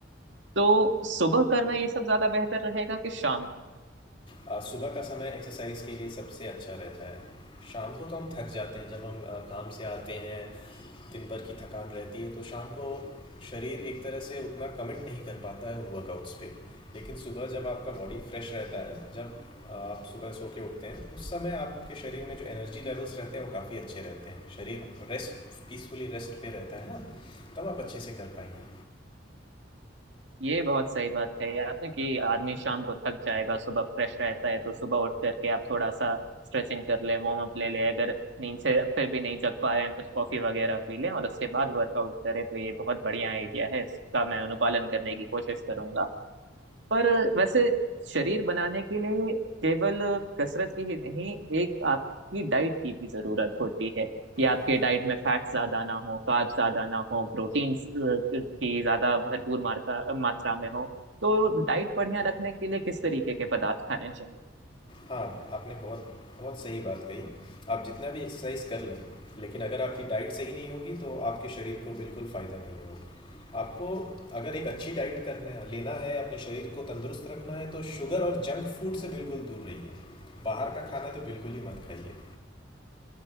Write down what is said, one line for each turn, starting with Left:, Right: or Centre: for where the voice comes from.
Right: तो सुबह करना ये सब ज्यादा बेहतर रहेगा कि शाम
Left: अ, सुबह का समय एक्सरसाइज के लिए सबसे अच्छा रहता है शाम को तो हम थक जाते हैं जब हम अ, काम से आते हैं दिन भर की थकान रहती है तो शाम को शरीर एक तरह से उतना कमिट नहीं कर पाता है उन वर्कआउट्स पे लेकिन सुबह जब आपका बॉडी फ्रेश रहता है जब आ, आप सुबह सो के उठते हैं तो उस समय आपके शरीर में जो एनर्जी लेवल्स रहते हैं वो काफ़ी अच्छे रहते हैं शरीर रेस्ट पीसफुली रेस्ट पे रहता है ना तब आप अच्छे से कर पाएंगे
Right: ये बहुत सही बात कही आपने कि आदमी शाम को थक जाएगा सुबह फ्रेश रहता है तो सुबह उठ करके आप थोड़ा सा स्ट्रेचिंग कर ले वार्म अप ले ले अगर नींद से फिर भी नहीं जग पा रहे हैं कुछ कॉफी वगैरह पी लें और उसके बाद वर्कआउट करें तो ये बहुत बढ़िया आइडिया है इसका मैं अनुपालन करने की कोशिश करूंगा पर वैसे शरीर बनाने के लिए केवल कसरत की ही नहीं एक आपकी डाइट की भी जरूरत होती है कि आपके
Left: हाँ
Right: डाइट में फैट्स ज्यादा ना हो कार्ब्स ज्यादा ना हो प्रोटीन्स की ज्यादा भरपूर मात्रा मात्रा में हो तो डाइट बढ़िया रखने के लिए किस तरीके के पदार्थ खाने चाहिए
Left: हाँ आपने बहुत बहुत सही बात कही आप जितना भी एक्सरसाइज कर लें लेकिन अगर आपकी डाइट सही नहीं होगी तो आपके शरीर को बिल्कुल फ़ायदा नहीं होगा आपको अगर एक अच्छी डाइट करना लेना है अपने शरीर को तंदुरुस्त रखना है तो शुगर और जंक फूड से बिल्कुल दूर रहिए बाहर का खाना तो बिल्कुल ही मत खाइए